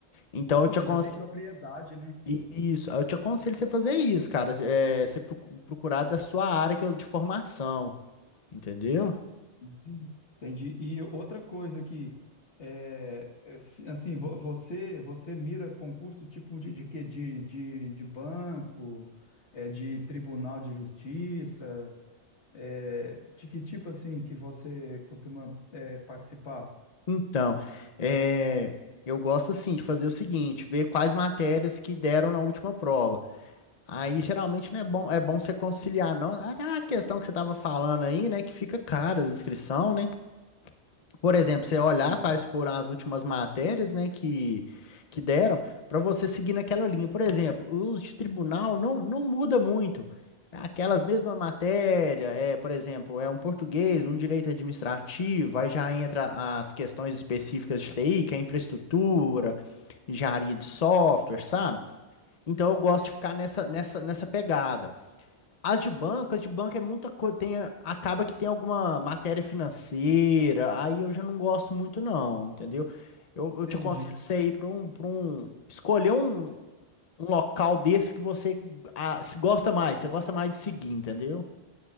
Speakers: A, on the left; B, on the left.
A: Então eu
B: Você
A: te aconselho.
B: já tem propriedade, né?
A: Isso, eu te aconselho você fazer isso, cara. É, você procu- procurar da sua área que é de formação, entendeu?
B: Entendi. Entendi. E outra coisa que é, é, se- assim, vo- você você mira concurso tipo de, de quê? De, de, de banco, é, de tribunal de justiça. É, De que tipo assim que você costuma é, participar?
A: Então, é, eu gosto assim de fazer o seguinte, ver quais matérias que deram na última prova. Aí geralmente não é bom, é bom você conciliar, não. Até a questão que você estava falando aí, né, que fica cara a inscrição, né? Por exemplo, você olhar
B: Uhum.
A: quais foram as últimas matérias, né, que, que deram, para você seguir naquela linha. Por exemplo, os de tribunal não, não muda muito. Aquelas mesmas matérias, é, por exemplo, é um português, um direito administrativo, aí já entra as questões específicas de TI, que é infraestrutura, engenharia de software, sabe? Então eu gosto de ficar nessa, nessa, nessa pegada. As de banco, as de banco é muita coisa, tem, a- acaba que tem alguma matéria financeira, aí eu já não gosto muito não, entendeu? Eu, eu
B: Entendi,
A: te aconselho você ir para um, para um, escolher um, um local desse que você ah, se gosta mais, você gosta mais de seguir, entendeu?